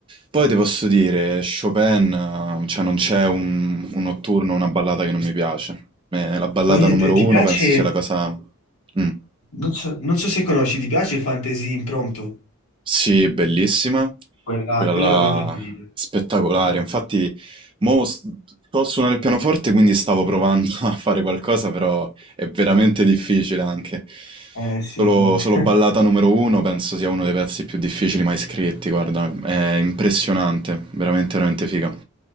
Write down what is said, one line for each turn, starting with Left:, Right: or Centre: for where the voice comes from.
Right: Poi ti posso dire, Chopin, eh, cioè non c'è un, un notturno, una ballata che non mi piace. Eh, la ballata
Left: Poi
Right: numero
Left: eh, ti ti
Right: uno
Left: piace,
Right: penso sia
Left: eh,
Right: la cosa... Mm.
Left: non so, non so se conosci, ti piace Fantasy Impromptu?
Right: Sì, bellissima,
Left: Quella,
Right: quella
Left: quella
Right: là
Left: è la mia preferita.
Right: spettacolare.
Left: Eh,
Right: Infatti, mo s- so suonare il pianoforte, quindi stavo provando <laughs> a fare qualcosa, però è veramente
Left: eh,
Right: difficile anche.
Left: eh, sì.
Right: Solo,
Left: eh.
Right: solo ballata
Left: <laughs>
Right: numero uno, penso sia uno dei pezzi più difficili mai scritti, guarda, è impressionante, veramente, veramente figa.